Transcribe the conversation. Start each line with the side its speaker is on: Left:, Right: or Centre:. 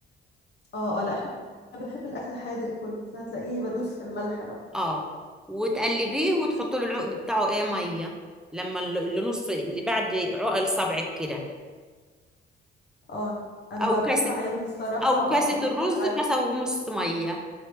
Left: اه اه لا احنا بنحب الاكل حادق كله فهتلاقيني بدوس في الملح بقى
Centre: اه وتقلبيه وتحطي له العقد بتاعه ايه ميه لما ال- اللي نص اللي بعد عقل صبعك كده
Left: اه انا
Centre: او
Left: بقى
Centre: كاسة
Left: بحب اعايرها الصراحه
Centre: او
Left: اه
Centre: كاسة
Left: انا بحب
Centre: الرز
Left: عاير.
Centre: كاسة ونص ميه